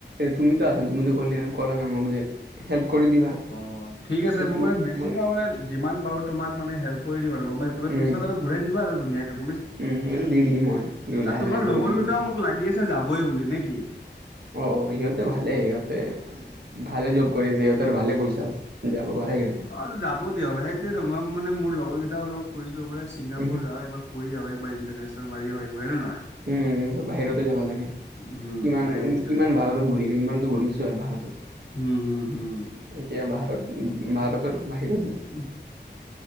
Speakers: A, on the right; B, on the left.
A: তুমিতো আছা তুমিতো ক'লিয়ে না ক'লা না মোক যে হেল্প কৰি দিবা।
B: অ', ঠিক আছে
A: সেইটো
B: মই মানে বেছি
A: মই
B: তাৰ মানে যিমান পাৰো তোমাক মানে হেল্প কৰি দিম আৰু গ'ম পাইছা।
A: উম
B: পিছত আৰু ঘূৰাই দিবা আৰু ধুনীয়াকে মোক।
A: উম এইটো দি দিম মই কিন্তু লাহে, লাহে
B: তোমাৰ
A: কৰি
B: লগৰ
A: দি
B: কেইটাও
A: দিম।
B: মোক লাগি আছে যাবই বুলি নে কি।
A: অ', সিহঁতে ভালেই সিহঁতে ভালে জব কৰে যে সিহঁতৰ ভালে পইচা আছে যাব পাৰে সিহঁতে।
B: অ', যাব দিয়ক সেইটোৱেটো মই মানে মোৰ লগৰ কেইটাৰ লগত কৰিছিলোঁ মানে ছিংগাপুৰ
A: উহু,
B: যাওঁ একবাৰ ফূৰি আহো একবাৰ ইণ্টাৰনেশ্বনেল <unintelligible> আহিম হয় নে নহয়।
A: উম বাহিৰতে যাবা লাগে।
B: উম,
A: কিমান
B: সেই
A: উ
B: সেইটোৱে।
A: কিমান ভাৰতত ঘূৰিবি ইমানতো ঘূৰিছোৱে ভাৰতত।
B: হুম, হুম।
A: এতিয়া ভাৰতত উ, উ ভাৰতৰ বাহিৰত
B: <unintelligible>